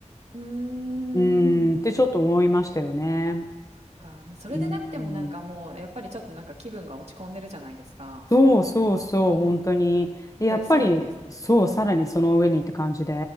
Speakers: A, on the right; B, on the left.
A: うーん。
B: うーんってちょっと思いましたよね。
A: そっか、それでなくてもなんかもうやっぱりちょっとなんか気分が落ち込んでるじゃないですか。
B: うん。そうそうそう、
A: うん。
B: 本当に。でやっぱり、
A: で、さらにですね。
B: そう、さらにその上にって感じで。
A: うん。